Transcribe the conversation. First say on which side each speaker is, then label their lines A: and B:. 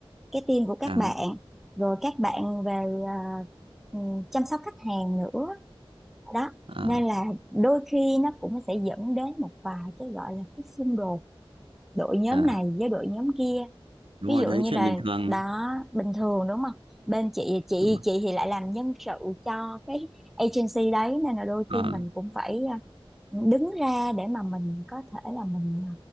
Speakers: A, in the centre; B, on the right (about 65°).
A: cái team của các
B: à
A: bạn rồi các bạn về à, ừ, chăm sóc khách hàng nữa đó
B: à
A: nên là đôi khi nó cũng sẽ dẫn đến một vài cái gọi là cái xung đột đội nhóm
B: à
A: này với đội nhóm kia
B: đúng
A: ví
B: rồi
A: dụ
B: đấy
A: như
B: chuyện
A: là
B: bình thường
A: đó bình thường đúng không bên chị chị
B: đúng rồi.
A: chị thì lại làm nhân sự cho cái agency đấy nên là đôi
B: à
A: khi mình cũng phải ờ, đứng ra để mà mình có thể là mình